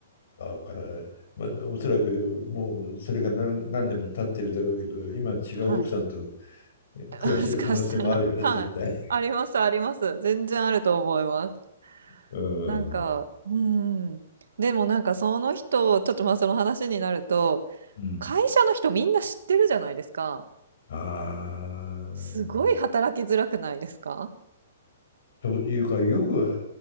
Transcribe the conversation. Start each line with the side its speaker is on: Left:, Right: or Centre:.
Left: だから、まあ、おそらくもうそれが何、何年も経ってるだろうけど、今は違う奥さんと
Right: はい。<laughs>
Left: 暮らしてる可能性もあるよね、
Right: もしかしたら、はい。
Left: 絶対。
Right: あります、あります。全然あると思います。
Left: う
Right: なんか、
Left: ん。
Right: うん。でもなんかその人、ちょっとまあその話になると、
Left: うん。
Right: 会社の人みんな知ってるじゃないですか。
Left: あ
Right: すごい働きづらくないですか
Left: あ。というか、よく